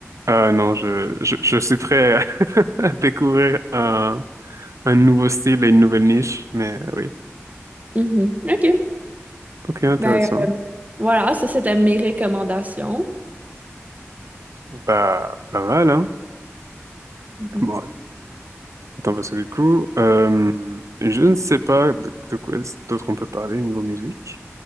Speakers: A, on the right (about 90°); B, on the right (about 35°).
A: Ah non, je, je je suis prêt à <laughs> à découvrir un un nouveau style et une nouvelle niche, mais oui.
B: Mhm. OK.
A: Ok, intéressant.
B: Ben, euh, voilà, ça, c'était mes recommandations.
A: Bah, pas mal, hein?
B: Mhm.
A: Bon, attends, parce que du coup, euh, je ne sais pas de, de quoi est-ce d'autre on peut parler niveau musique.